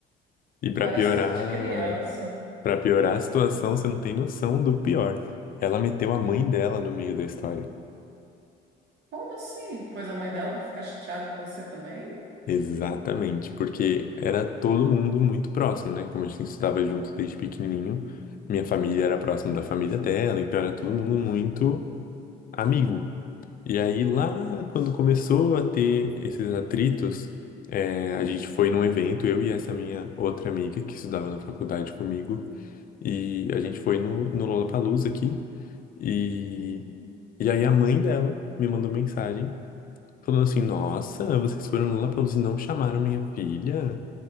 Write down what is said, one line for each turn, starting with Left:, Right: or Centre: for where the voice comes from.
Left: E pra
Right: Parece
Left: piorar,
Right: coisa de criança.
Left: para piorar
Right: né?
Left: a situação, você não tem noção do pior. Ela meteu a mãe
Right: Hum.
Left: dela no meio da história.
Right: Como assim? Pois a mãe dela vai ficar chateada com você também?
Left: Exatamente, porque era todo mundo muito próximo, né? Como a gente estudava junto desde pequenininho, minha família
Right: Uhum,
Left: era próximo da família dela, então era todo mundo muito amigo. E aí lá, quando começou a ter esses atritos, é,
Right: uhum,
Left: a gente foi num evento, eu e essa minha outra amiga que estudava na faculdade comigo. E a gente foi no, no Lollapalooza aqui. E,
Right: uhum.
Left: e aí a mãe dela me mandou mensagem falando assim: Nossa, vocês foram no Lollapalooza e não chamaram minha filha?